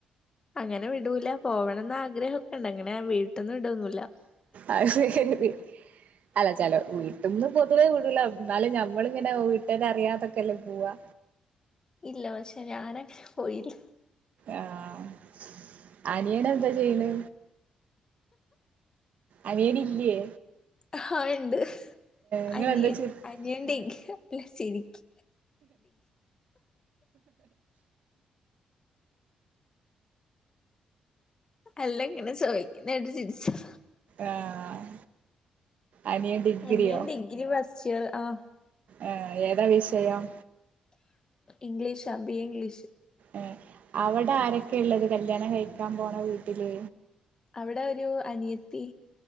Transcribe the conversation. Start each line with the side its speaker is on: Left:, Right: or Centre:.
Left: അങ്ങനെ വിടൂല പോവണംന്ന് ആഗ്രഹൊക്ക ണ്ട് അങ്ങനെ വീട് ട്ട്ന്ന് വിടൊന്നുല്ല
Right: അത് ശരി അല്ല ചെല വീട്ട്ന്ന് പൊതുവെ വിടൂല ന്നാലും ഞമ്മള്ങ്ങനെ വീട്ടര് അറിയാതൊക്കെല്ലേ പോവാ
Left: ഇല്ല പക്ഷെ ഞാനങ്ങ് പോയില്ല
Right: ആഹ് അനിയനെന്താ ചെയ്യ്ണ് അനിയന് ഇല്ല്യെ
Left: അഹാ ഇണ്ട്
Right: നിങ്ങളെന്താ
Left: അനിയൻ
Right: ചെയ്
Left: അനിയൻ ടിഗ്ഗ്
Right: ആഹ്
Left: അല്ല ചിരിക്ക്‌ അല്ല ഇങ്ങനെ ചൊവക്ക്ന്ന കേട്ട് ചിരിച്ചതാ
Right: ആഹ് അനിയൻ ഡിഗ്രിയോ
Left: അനിയൻ ഡിഗ്രി ഫസ്റ്റ് ആഹ്
Right: ആഹ് ഏതാ വിഷയം
Left: ഇംഗ്ലീഷ ബി എ ഇംഗ്ലീഷ്
Right: ഏഹ് അവിടെ ആരൊക്കെ ഉള്ളത് കല്യാണം കഴിക്കാൻ പോണ വീട്ടില്
Left: അവിടെ ഒരു അനിയത്തി